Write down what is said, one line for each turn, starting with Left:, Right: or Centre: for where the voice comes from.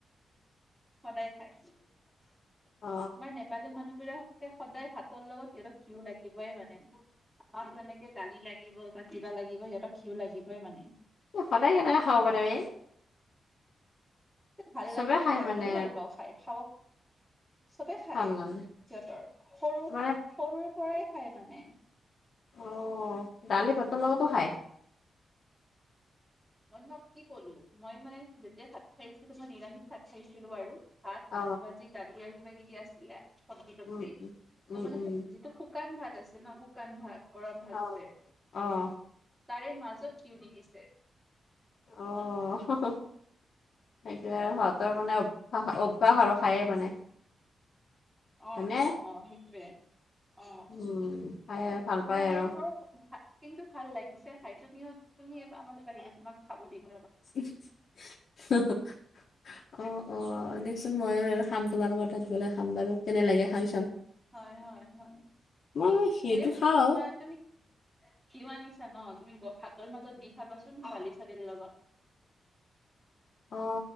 Centre: সদায় খায় তাই
Left: অ
Centre: নাই! নেপালী মানুহবোৰককে সদায় ভাতৰ লগত সিহঁতক ঘিউ লাগিবই মানে। আমাক যেনেকে দালি লাগিব বা কিবা লাগিব সিহঁতক ঘিউ লাগিবই মানে।
Left: এ সদায় কেনেকে খাব পাৰে? <unintelligible>
Centre: ভাল
Left: চবে
Centre: লাগেতো খাই।
Left: মানে
Centre: মইয়ো ভাল পাওঁ খাই। খাব চবে খায়
Left: ভাল নালাগে
Centre: সিহঁতৰ। সৰু
Left: মানে
Centre: সৰুৰ পৰাই খায় মানে।
Left: অ, দালি ভাতৰ লগতো খাই।
Centre: মই তোমাক কি কলো? মই মানে যেতিয়া ভাত খাইছিলো। মই নিৰামিষ ভাত খাইছিলো বাৰু। ভাত,
Left: অ
Centre: আলু ভাজি, দালি আৰু কিবা কিবি আছিলে চবজি তব্জি।
Left: উম উম
Centre: ত' মানে
Left: উম
Centre: শু যিটো শু শুকান ভাত আছে ন? শুকান ভাত, গৰম ভাত
Left: অ
Centre: যে?
Left: অ
Centre: তাৰে মাজত ঘিউ দিদিছে।
Left: অ সেইটোৱে। সিহঁতৰ মানে, <unintelligible> অভ্যাস আৰু, খায়ে মানে।
Centre: অ
Left: হয়নে?
Centre: অ অ। সেইটোৱে। অ।
Left: উম, খাই ভাল
Centre: তোৰ
Left: পায়
Centre: মানে
Left: আৰু।
Centre: তোৰ ভা কিন্তু ভাল লাগিছে। ভাই তুমিও তুমি আমা আহিলে তোমাক খাব দিব।
Left: <unintelligible> অ অ দিয়কচোন। মইয়ো বাৰু খাম, তোমালোকৰ তাত গ'লে খাম বাৰু। কেনে লাগে খাই চাম।
Centre: হয় হয় হয়।
Left: মই সেইটো
Centre: এনেও তুমি
Left: খাওঁ।
Centre: তোমাৰ তুমি ঘিউ আনিছা ন? তুমি ভাতৰ মাজত দি খাবাচোন দালি চালিৰ লগত।
Left: অ।